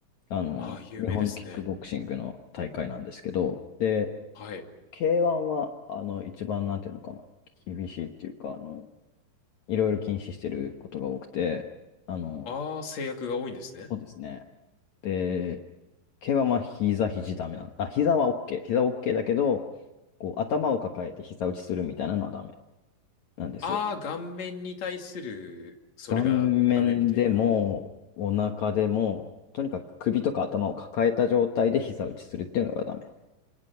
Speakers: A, on the left (about 90°); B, on the left (about 45°).
A: あの、
B: あー、有名ですね。
A: 日本のキックボクシングの大会なんですけど、で、
B: はい。
A: K1 は、あの、一番、なんていうのかな、厳しいっていうか、あの、いろいろ禁止してることが多くて、あの、
B: ああ、制約が多いんですね。
A: そうですね。で、K1 はまあ膝、肘ダメなん、あ、膝は OK。膝は OK だけど、こう、頭を抱えて膝打ちするみたいなのはダメなんですよ。
B: ああ、顔面に対する、それがダメみたいな
A: 顔面でも、お腹でも、とにかく首とか頭を抱えた状態で膝打ちするっていうのがダメ。